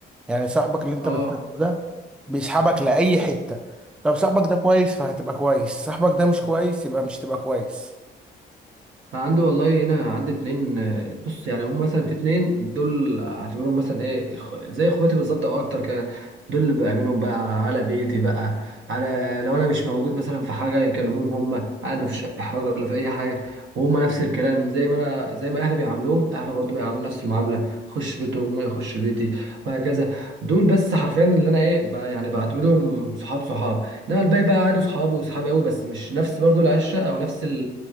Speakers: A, in the centre; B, on the right.
A: يعني صاحبك اللي انت
B: اه
A: بتصاحبه ده بيسحبك لأي حتة لو صاحبك ده كويس فهتبقى كويس صاحبك ده مش كويس يبقى مش تبقى كويس
B: أنا عندي والله هنا عندي اتنين آه، بص يعني هم مثلا في اتنين دول اعتبرهم مثلا ايه إخ- زي اخواتي بالظبط او اكتر كمان دول اللي بأمنهم بقى على بيتي بقى على لو انا مش موجود مثلا في حاجة يكلموهم هم عاد مفيش احراج ولا في اي حاجة وهم نفس الكلام زي ما انا زي ما اهلي بيعاملوهم اهله برضو بيعاملوا نفس المعاملة خش بيتهم ما يخش بيتي وهكذا دول بس حرفيا اللي انا ايه ب- يعني بعتبرهم صحاب صحاب انما الباقي بقى عادوا صحابي وصحابي قوي بس مش نفس برضو العشرة او نفس